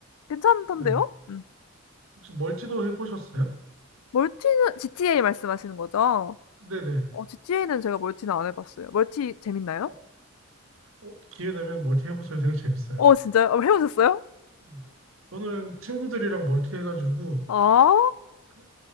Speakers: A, on the left; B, on the right.
A: 괜찮던데요?
B: 네.
A: 음.
B: 혹시 멀티도 해보셨어요?
A: 멀티는 GTA 말씀하시는 거죠?
B: 네네.
A: 어 GTA는 제가 멀티는 안 해 봤어요. 멀티 재밌나요?
B: 어, 어, 기회 되면 멀티 해보세요. 되게 재밌어요.
A: 어 진짜요? 어 해 보셨어요?
B: 네. 저는 친구들이랑 멀티 해가지고
A: 아.
B: 그